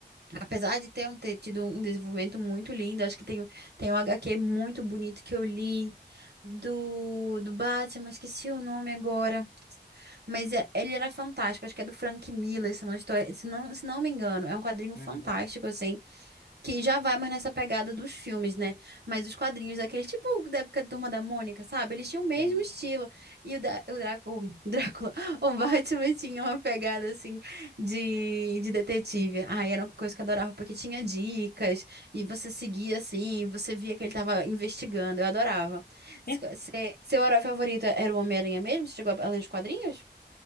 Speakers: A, on the right (about 65°); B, on the left (about 55°).
A: Apesar de ter, um- ter tido um desenvolvimento muito lindo, acho que tem, um tem um HQ muito bonito que eu li do, do Batman, esqueci o nome agora. Mas é- ele era fantástico, acho que é do Frank Miller, se não estou, se não, se não me engano. É um quadrinho
B: Uhum,
A: fantástico, assim. Que já vai mais nessa pegada dos filmes, né? Mas os quadrinhos daqueles, tipo da época da Turma da Mônica, sabe? Eles tinham o mesmo
B: sim.
A: estilo. E o, Dra- o, Drá- o Drácula, <laughs> o Batman tinha uma pegada assim de, de detetive. Ai, era uma coisa que eu adorava, porque tinha dicas, e você seguia assim, você via que ele tava investigando. Eu adorava. Se-
B: E-
A: se- seu herói favorito era o Homem-Aranha mesmo? Você chegou a ler os quadrinhos?